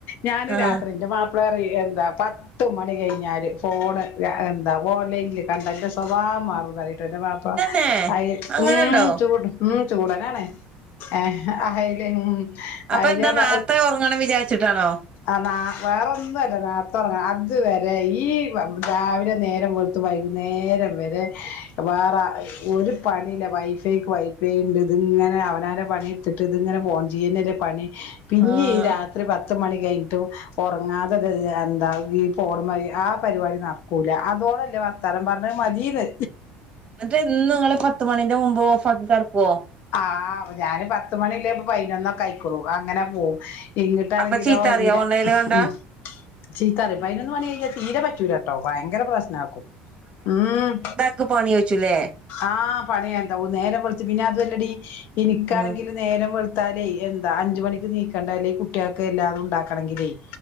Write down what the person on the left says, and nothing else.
ഞാന്
രാത്രി ഇന്റെ മാപ്പിള അറിം എന്താ പ പത്ത് മണി കഴിഞ്ഞാല് ഫോണ് എന്താ ഓൺലൈനിൽ കണ്ടാ ഇന്റെ സ്വഭാവം മാറും ന്ന് അറിം. ബാപ്പാ
അയി
ഉം ചൂട് ഉം ചൂടനാണ്. ഏഹ് അയില് ഉം
അയില്
ഞാൻ
പ
ർഞ്ഞാ വേറൊന്നും അല്ല. നേര്തൊറ്ങ്ങണ അത് വരെ ഈ രാവിലെ നേരം വെൾത്ത് വൈകുന്നേരം വരെ വേറ ഒരു പണി ഇല്ല വൈഫൈക്ക് വൈ ഫൈണ്ട്. ഇതിങ്ങനെ അവനാന്റെ പണി ഇട്ത്തിട്ട് ഇതിങ്ങനെ ഫോൺ ചെയ്യന്നല്ലേ പണി. പിന്നെ
ഈ രാത്രി പത്ത് മണി കയ്ന്ന്ട്ടും ഒറങ്ങാത ഇത് എന്താ ഈ ഫോണുമ്മ ആ പരിപാടി നട്ക്കൂല. അതോളല്ലേ വർത്താനം പർഞ്ഞ മതീന്ന്.
ആഹ് ഞാന് പത്ത് മണിള്ള ഇപ്പൊ പൈനൊന്നൊക്കെ ആയിക്ക്ണു. അ അങ്ങനെ പോവും. ഇങ്ങിട്ടാണെങ്കിലോ
ഇന്റെ
ഉം ചീത്തറിം. പയ്നൊന്ന് മണി കഴിഞ്ഞാ തീരെ പറ്റൂലട്ടോ. ഭയങ്കര പ്രശ്നാക്കും. ഉം
ആഹ് പണിയണ്ടാവും. നേരം വെൾത്ത് പിന്നെ അതും അല്ലെടി ഇനിക്കാണെങ്കില്
നേരം വെൾത്താലേ എന്താ അഞ്ച് മണിക്ക് നീക്കണ്ടല്ലേ ഈ കുട്ട്യാക്ക് എല്ലാതും ഉണ്ടാക്ക <unintelligible>